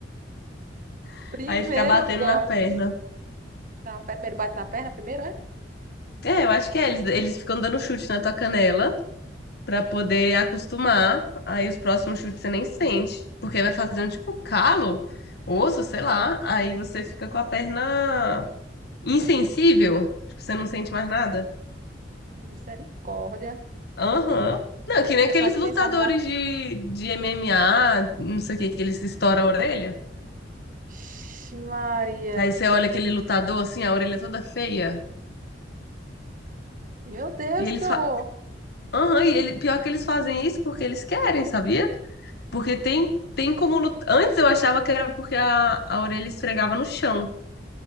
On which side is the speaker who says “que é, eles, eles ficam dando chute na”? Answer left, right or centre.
Left